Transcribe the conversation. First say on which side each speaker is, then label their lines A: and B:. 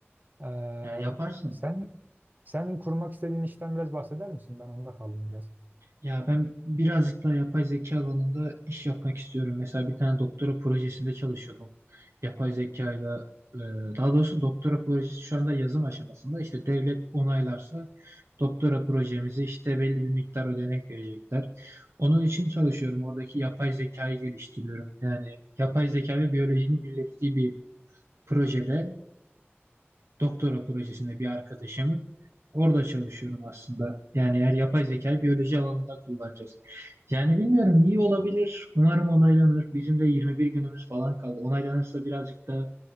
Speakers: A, on the right (about 45°); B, on the right (about 80°).
A: Ee,
B: Ya yaparsın.
A: sen sen kurmak istediğin işten biraz bahseder misin? Ben onda kaldım biraz.
B: Ya ben birazcık daha yapay zeka alanında iş yapmak istiyorum. Mesela bir tane doktora projesinde çalışıyordum. Yapay zekayla e, daha doğrusu doktora projesi şu anda yazım aşamasında. İşte devlet onaylarsa doktora projemize işte belli bir miktar ödenek verecekler. Onun için çalışıyorum. Oradaki yapay zekayı geliştiriyorum. Yani yapay zeka ve biyolojinin birleştiği bir projede doktora projesinde bir arkadaşımın. Orada çalışıyorum aslında. Yani eğer yapay zekayı biyoloji alanında kullanacağız. Yani bilmiyorum iyi olabilir. Umarım onaylanır. Bizim de 21 günümüz falan kaldı. Onaylanırsa birazcık da